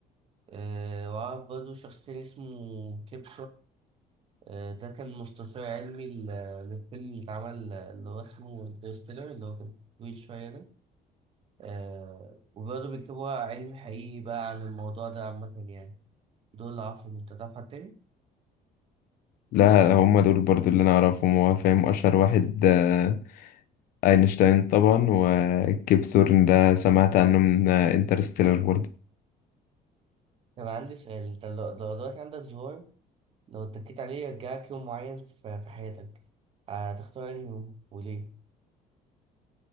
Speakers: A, on the right (about 35°); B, on the left (about 65°).
A: آه وأعرف برضه شخص تاني اسمه كيب آه، ده كان مستشار علمي ل- للفيلم اللي اتعمل آه، اللي هو اسمه انترستيلر اللي هو كان طويل شوية ده آه وبرضه بيكتبوا علم حقيقي بقى عن الموضوع ده عامة يعني دول اللي عارفهم انت تعرف حد تاني؟
B: لا هم دول برضو اللي انا اعرفهم هو فاهم اشهر واحد آه، اينشتاين طبعا وكيب ثورن ده سمعت عنه من آه، انترستيلر برضو
A: طب عندي سؤال انت لو لو دلوقتي عندك زهور لو اتكيت عليه يرجعك يوم معين في في حياتك هتختار انهي يوم وليه؟